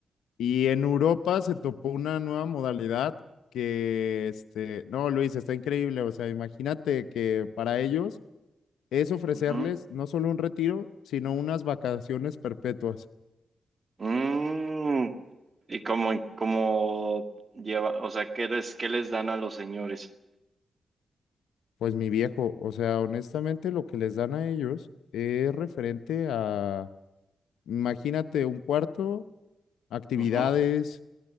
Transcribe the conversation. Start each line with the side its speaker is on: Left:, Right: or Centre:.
Left: Y en Europa se topó una nueva modalidad que, este, no, Luis, está increíble, o sea, imagínate que para ellos es ofrecerles
Right: ujú.
Left: no solo un retiro, sino unas vacaciones perpetuas.
Right: Mm, y como, como lleva, o sea, ¿qué les, qué les dan a los señores?
Left: Pues mi viejo, o sea, honestamente lo que les dan a ellos es referente a, imagínate, un cuarto, actividades,
Right: Ujú,